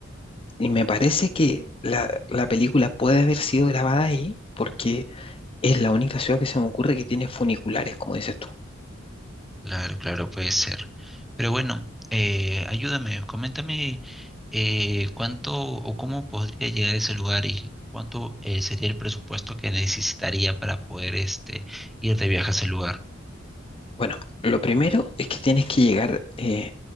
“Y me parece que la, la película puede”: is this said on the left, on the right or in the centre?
Left